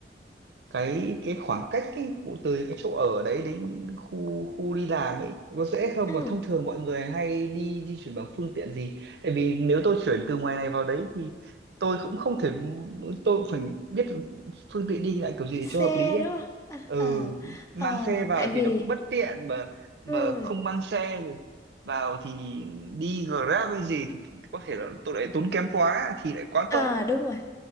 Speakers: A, on the right; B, on the left.
A: cái cái khoảng cách ấy, vụ từ cái chỗ ở đấy đến khu khu đi làm ấy có dễ không
B: ừ
A: và thông thường mọi người hay đi di chuyển bằng phương tiện gì tại vì nếu tôi chuyển từ ngoài này vào đấy thì tôi cũng không thể tôi cũng phải biết phương tiện đi lại kiểu gì để cho
B: xe
A: hợp lý ấy
B: đúng không à,
A: ừ
B: ờ
A: mang
B: ờ,
A: xe vào
B: tại
A: thì
B: vì
A: nó cũng bất tiện mà mà
B: ừ
A: không mang xe thì vào thì đi Grab hay gì thì có thể là tôi lại tốn kém quá thì lại quá
B: à
A: tội
B: đúng rồi